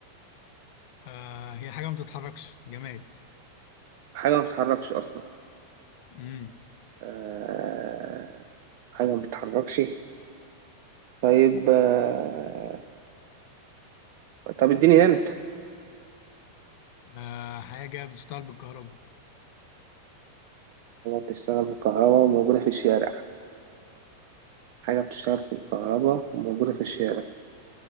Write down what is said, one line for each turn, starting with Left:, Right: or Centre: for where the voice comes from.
Left: آه هي حاجة ما بتتحركش جماد
Right: حاجة ما بتتحركش أصلا
Left: مم.
Right: آه، حاجة ما بتتحركش طيب آه، طب اديني هنت
Left: آه حاجة بتشتغل بالكهرباء
Right: حاجة بتشتغل بالكهرباء وموجودة في الشارع حاجة بتشتغل بالكهرباء وموجودة في الشارع